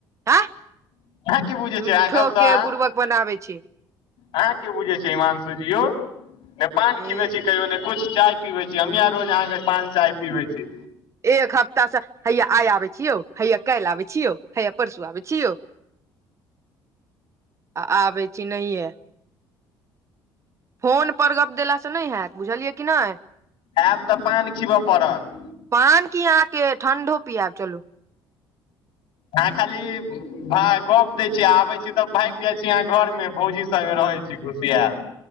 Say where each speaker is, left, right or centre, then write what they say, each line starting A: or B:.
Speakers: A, on the right (about 35°); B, on the left (about 80°).
A: आँ।
B: अहाँ की बुझै
A: झूट्ठो
B: छियै अहाँ कहू तऽ अहाँ
A: के बुरबक बनाबै छी।
B: अहाँ की बुझै छी हिमानंशुजी यौ नैय
A: ए
B: पान खिबै छी कहियो नैय कुछ चाय पीबै छी हमहीं अहाँ रोज अहाँके पान चाय पीबै छी।
A: एक हफ्ता स हैया आइ आबै छी यौ हैया काइल आबै छी यौ हैया परसू आबै छी यौ आ आबै छी नहिये। फोन पर गप्प देलासँ नै हैत बुझलियै कि नै।
B: एब तऽ पान खिबऽ पड़त।
A: पान की अहाँके ठण्डो पिएब चलू।
B: आहाँ खाली भऽ गप दय छी आबै छी तऽ भाइग जाय छी आहाँ घर में भौजी संगे रहै छी घुसियैल।